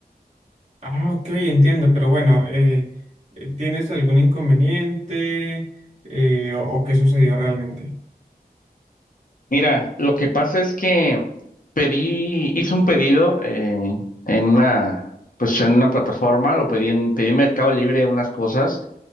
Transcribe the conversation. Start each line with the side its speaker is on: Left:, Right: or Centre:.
Right: Ah, ok, entiendo, pero bueno, eh, eh, ¿tienes algún inconveniente eh, o, o qué sucedió realmente?
Left: Mira, lo que pasa es que pedí, hice un pedido eh, en una, pues en una plataforma, lo pedí en, pedí en Mercado Libre unas cosas